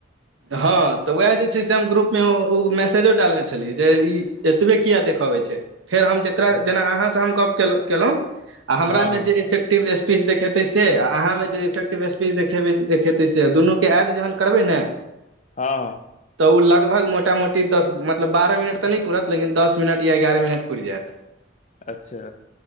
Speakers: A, on the right (about 80°); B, on the left (about 35°).
A: हँ तऽ उएह जे छै से हम ग्रुपमे ओ मैसेजो डालने छलियै जे ई एतबे कििया देखबैत छै फेर हम जेकरा
B: हँ
A: जेना अहाँ से हम गप केलहुँं आ हमरा
B: हँ हँ
A: मे जेेक एक्टिव स्पीच देखेतै से आ अहाँ मे जे इफेक्टिव स्पीच देख देखेतै से दुनूके जहन करबै ने
B: ह
A: तऽ ओ लगभग मोटा मोटी दस मतलब बारह मिनट त नहि पुरत लेकिन दस मिनट या एगारह मिनट पुरि जायत
B: अच्छा।